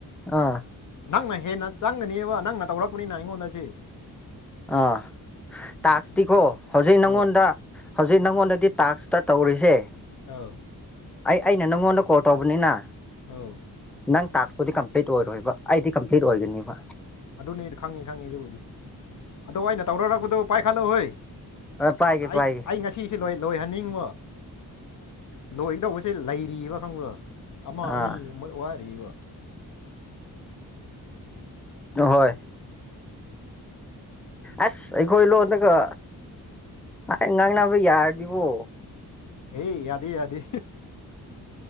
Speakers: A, in the centre; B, on the left.
A: ꯑꯥ
B: ꯅꯪꯅ ꯍꯦꯟꯅ ꯆꯪꯒꯅꯤꯕ ꯅꯪꯅ ꯇꯧꯔꯛꯄꯅꯤꯅ ꯑꯩꯉꯣꯟꯗ ꯁꯤ
A: ꯑꯥ ꯇꯥꯛꯁꯇꯤꯀꯣ ꯍꯧꯖꯤꯛ ꯅꯪꯉꯣꯟꯗ
B: ꯑꯧ
A: ꯍꯧꯖꯤꯛ ꯅꯪꯉꯣꯟꯗꯗꯤ ꯇꯥꯛꯁꯇ ꯇꯧꯔꯤꯁꯦ
B: ꯑꯧ
A: ꯑꯩ ꯑꯩꯅ ꯅꯪꯉꯣꯟꯗ ꯀꯣꯜ ꯇꯧꯕꯅꯤꯅ
B: ꯑꯧ
A: ꯅꯪ ꯇꯥꯛꯁꯄꯨꯗꯤ ꯀꯝꯄ꯭ꯂꯤꯠ ꯑꯣꯏꯔꯣꯏꯕ ꯑꯩꯗꯤ ꯀꯝꯄ꯭ꯂꯤꯠ ꯑꯣꯏꯒꯅꯤꯕ
B: ꯑꯗꯨꯅꯤ ꯈꯪꯉꯤ ꯈꯪꯉꯤ ꯑꯗꯨꯕꯨꯗꯤ ꯑꯗꯣ ꯑꯩꯅ ꯇꯧꯔꯔꯛꯄꯗꯨ ꯄꯥꯏꯈꯠꯂꯛꯎꯍꯩ
A: ꯑ ꯄꯥꯏꯒꯦ
B: ꯑꯥ ꯑꯩ
A: ꯄꯥꯏꯒꯦ
B: ꯑꯩ ꯉꯁꯤꯁꯦ ꯂꯣꯏ ꯂꯣꯏꯍꯟꯅꯤꯡꯕ ꯂꯣꯏꯒꯗꯧꯕꯁꯦ ꯂꯩꯔꯤꯌꯦꯕ ꯈꯪꯕ꯭ꯔꯥ ꯑꯃ
A: ꯑꯥ
B: ꯑꯅꯤꯒꯨꯝꯕ ꯋꯥꯔꯤꯕ
A: ꯍꯣꯍꯣꯏ ꯑꯁ ꯑꯩꯈꯣꯏ ꯂꯣꯟꯗꯒ ꯑꯥꯢ ꯉꯥꯡꯅꯕ ꯌꯥꯔꯗꯤꯕꯣ
B: ꯍꯦ ꯌꯥꯗꯦ ꯌꯥꯗꯦ